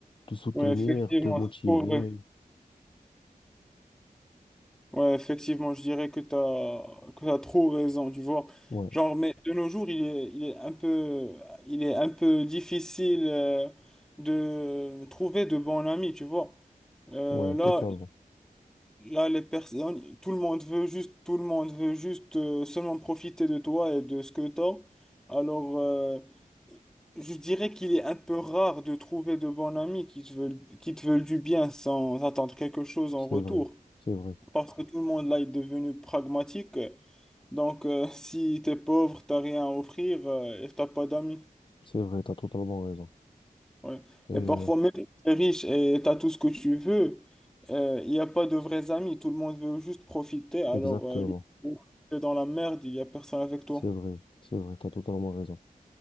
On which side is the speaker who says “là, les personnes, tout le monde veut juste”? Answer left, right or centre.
Centre